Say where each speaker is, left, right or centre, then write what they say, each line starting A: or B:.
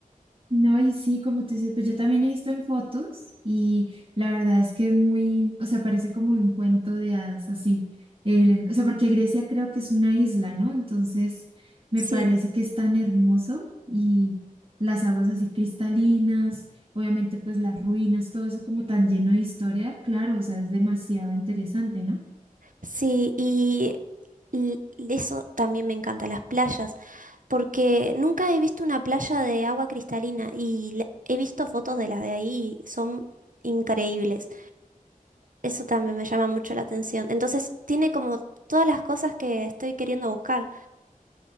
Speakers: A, on the right; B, on the right.
A: No, y sí, como tú dices, pues yo también he visto en fotos y la verdad es que es muy, o sea, parece como un cuento de hadas, así. El- o sea, porque Grecia creo que es una isla, ¿no? Entonces, me
B: Sí,
A: parece que es tan hermoso y las aguas así cristalinas, obviamente pues las ruinas, todo eso como tan lleno de historia, claro, o sea, es demasiado interesante, ¿no?
B: sí, y l- eso también me encanta, las playas, porque nunca he visto una playa de agua cristalina y la- he visto fotos de las de ahí y son increíbles. Eso también me llama mucho la atención. Entonces, tiene como todas las cosas que estoy queriendo buscar.